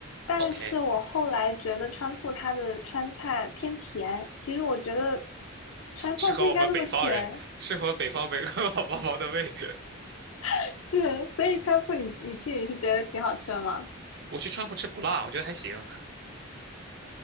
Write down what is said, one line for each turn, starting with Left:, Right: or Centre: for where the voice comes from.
Left: 但是我后来觉得川铺它的川菜偏甜，
Right: ？OK，
Left: 其实我觉得川菜不应该那么甜，
Right: 适合我们北方人，适合北方北方宝宝的胃。
Left: <laughs> 是，所以川铺你你去你是觉得挺好吃的吗？
Right: 我去川普吃不辣，我觉得还行。